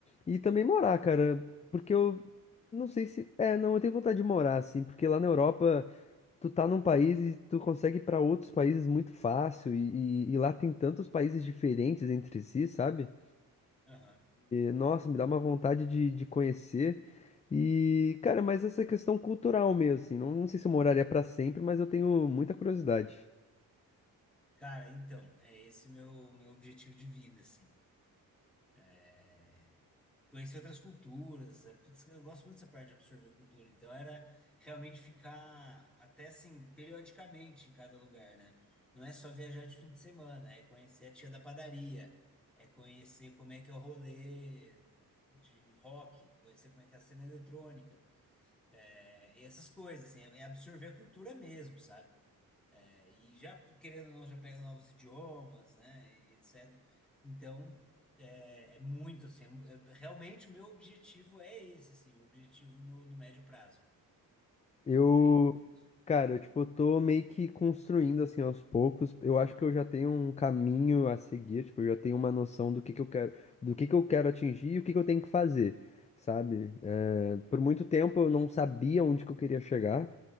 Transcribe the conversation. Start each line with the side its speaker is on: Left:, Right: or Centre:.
Left: E também morar, cara, porque eu não sei se. É, não, eu tenho vontade de morar, assim, porque lá na Europa tu tá num país e tu consegue ir pra outros países muito fácil, e, e e lá tem tantos países diferentes entre si, sabe?
Centre: Aham.
Left: Nossa, me dá uma vontade de, de conhecer. E, cara, mas essa questão cultural mesmo, assim, não, não sei se eu moraria pra sempre, mas eu tenho muita curiosidade.
Centre: Cara, então, é esse meu, meu objetivo de vida, assim. É, conhecer outras culturas. é, putz, eu gosto muito dessa parte de absorver cultura. Então era realmente ficar até assim, periodicamente em cada lugar, né? Não é só viajar de fim de semana, é conhecer a tia da padaria, é conhecer como é que é o rolê de rock, conhecer como é que é a cena eletrônica, é, e essas coisas, assim, é é absorver a cultura mesmo, sabe? É, e já, querendo ou não, já pega novos idiomas, né? E etc. Então, é, é muito assim. é- é- realmente, o meu objetivo é esse, assim, meu objetivo no, no médio prazo.
Left: Eu,
Centre: Não tenho dúvidas.
Left: cara, eu, tipo, eu tô meio que construindo, assim, aos poucos. Eu acho que eu já tenho um caminho a seguir, tipo, eu já tenho uma noção do que que eu quero, do que que eu quero atingir e o que que eu tenho que fazer, sabe? Eh, por muito tempo eu não sabia onde que eu queria chegar.